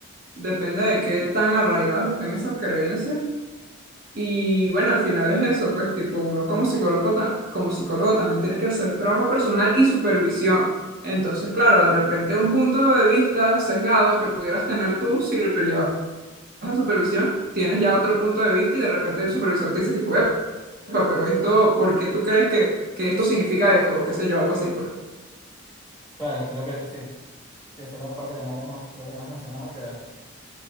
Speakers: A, on the right; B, on the right.
A: Depende de qué tan arraigadas estén esas creencias. Y bueno, al final es eso, pues, tipo, uno como psicólogo, ta- como psicólogo también tiene que hacer trabajo personal y supervisión. Entonces, claro, de repente un punto de vista sesgado que pudieras tener tú, si lo llevas a supervisión, tienes ya otro punto de vista y de repente el supervisor te dice, tipo, "Epa, pero esto, ¿por qué tú crees que, que esto significa esto? O qué sé yo, algo así, pues.
B: Claro, creo que sí. Sí, esa era la parte que no habíamos, creo que no habíamos mencionado, que